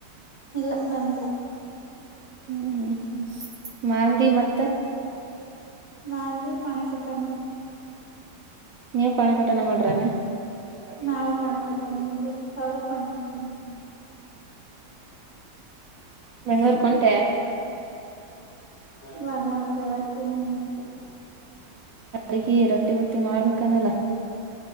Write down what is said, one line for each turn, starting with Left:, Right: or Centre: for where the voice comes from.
Left: ಇಲ್ಲ ಬಂದಿಲ್ಲ
Right: ಹ್ಮ್ ಹ್ಮ್ ಮಾಲ್ದಿ ಮತ್ತ
Left: ಮಾದಲಿ ಪಾನಿ ಕೊಟ್ಟ ಅನ್ನ
Right: ನೀವು ಪಾಣಿ ಕೊಟ್ಟನ ಮಾಡಿರೇನು
Left: ನಾವು ಪಾನಿ ಕೊಡ್ತವಿ ನ್ನ ಅವಾವರ ಪಣ ಕ ತ
Right: ಬೆಂಗ್ಳೂರ್ ಕೊಂತೆ
Left: ವರಂತಾತೆ ನಮಸ್ತೆ
Right: ಅಗ ರೊಟ್ಟಿ ಬಟ್ಟಿ ಮಾಡ್ಬೇಕನಲ್ಲ